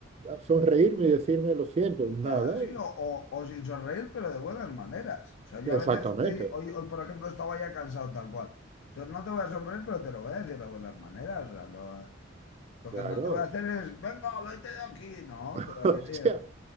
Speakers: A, on the right; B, on the left.
A: sonreírme y decirme lo siento? Nada,
B: Ah, sí, o, o- o sin sonreír, pero de buenas maneras. O sea, yo
A: exactamente,
B: a veces estoy, hoy, hoy por ejemplo, estaba ya cansado tal cual. Entonces no te voy a sonreír, pero te lo voy a decir de buenas maneras. O sea, lo- Lo
A: claro,
B: que no te voy a hacer es, venga, vete de aquí. No,
A: <laughs>
B: te voy a
A: Hostia,
B: decir, "Oye,